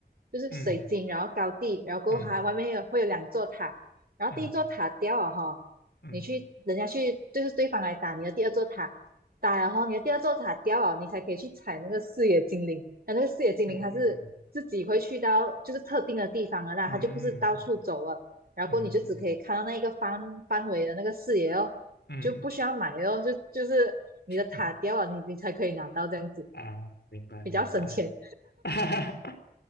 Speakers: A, on the right; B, on the left.
A: 就是水晶，
B: 嗯
A: 然后高地，然后过后它外面有会有两座塔，
B: 嗯
A: 然后第一座塔掉了哈、
B: 嗯嗯
A: 你去人家去就是对方来打你的第二座塔，打然后你的第二座塔掉了，你才可以去踩那个视野精灵，那那个视野精灵它是自己会去到就是特定的地方了啦，
B: 嗯嗯
A: 它就不是到处走了。然后你就只可以看到那一个范范围的那个视野哦，
B: 嗯嗯嗯
A: 就不需要买哦，就就是你的塔掉了，
B: 嗯
A: 你你才可以拿到这样子，
B: 啊，明白明白，
A: 比较省钱。
B: <laughs>